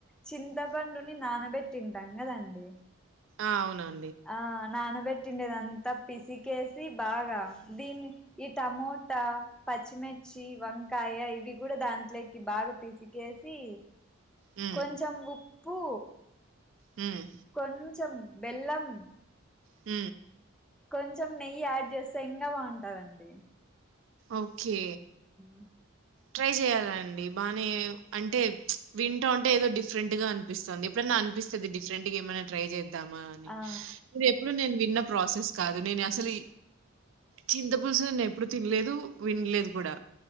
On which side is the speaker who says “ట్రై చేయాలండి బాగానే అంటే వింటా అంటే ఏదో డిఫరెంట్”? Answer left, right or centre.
Right